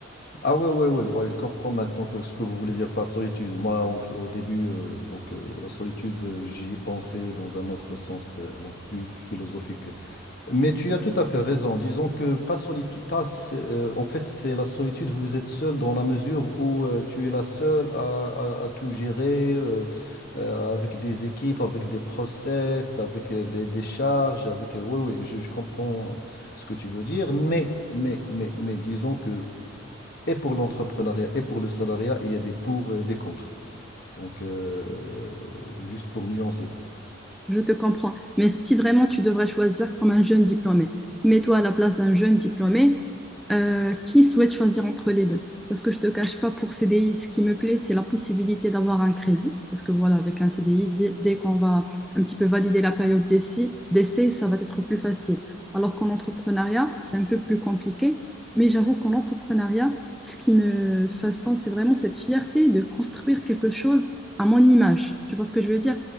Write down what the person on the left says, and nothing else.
Ah ouais, ouais, ouais, ouais, je comprends maintenant que ce que vous voulez dire par solitude. Moi, en au début, euh, donc, euh, la solitude, euh, j'y ai pensé dans un autre sens, euh, donc plus philosophique. Mais tu as tout à fait raison. Disons que pas solitude, pas, euh, en fait, c'est la solitude. Vous êtes seul dans la mesure où euh, tu es la seule à, à- à tout gérer euh, euh, avec des équipes, avec des process, avec euh, des, des charges, avec. euh, oui, oui, je, je comprends ce que tu veux dire. Mais, mais, mais, mais, disons que et pour l'entrepreneuriat et pour le salariat, il y a des pour et des contre. Donc, euh, juste pour nuancer.